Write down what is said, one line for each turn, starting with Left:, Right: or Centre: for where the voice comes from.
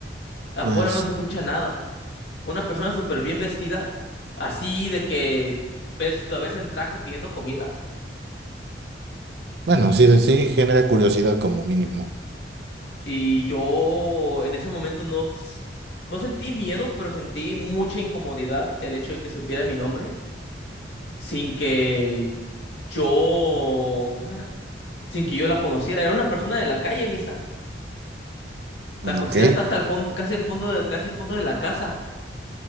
Left: Afuera
Right: Pues,
Left: no se escucha nada. Una persona súper bien vestida, así de que ves, la ves en traje pidiendo comida
Right: bueno, sí, sí genera curiosidad como mínimo.
Left: y yo en ese momento no, s- no sentí miedo, pero sentí mucha incomodidad el hecho de que supiera mi nombre sin que yo, ¿cómo se llama? Sin que yo la conociera. Era una persona de la calle, misa. La
Right: Mm,
Left: cocina
Right: Ok,
Left: está hasta el fondo, casi al fondo de, casi al fondo de la casa.